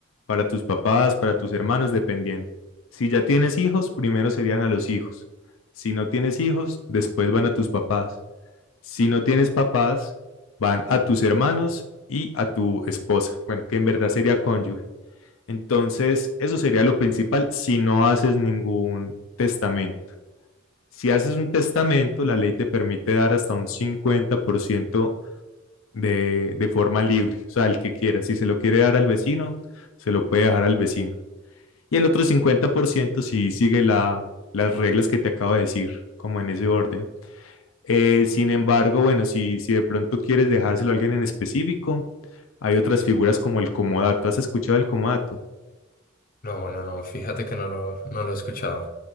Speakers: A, on the left; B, on the left.
A: para tus papás, para tus hermanos, dependiendo. Si ya tienes hijos, primero serían a los hijos. Si no tienes hijos, después van a tus papás. Si no tienes papás, van a tus hermanos y a tu esposa. Bueno, que en verdad sería cónyuge. Entonces, eso sería lo principal si no haces ningún testamento. Si haces un testamento, la ley te permite dar hasta un 50% de, de forma libre, o sea, al que quiera. Si se lo quiere dar al vecino, se lo puede dejar al vecino. Y el otro 50% si sigue la, las reglas que te acabo de decir, como en ese orden. Eh, sin embargo, bueno, si, si de pronto quieres dejárselo a alguien en específico, hay otras figuras como el comodato. ¿Has escuchado el comodato?
B: No, no, no, fíjate que no lo, no lo he escuchado.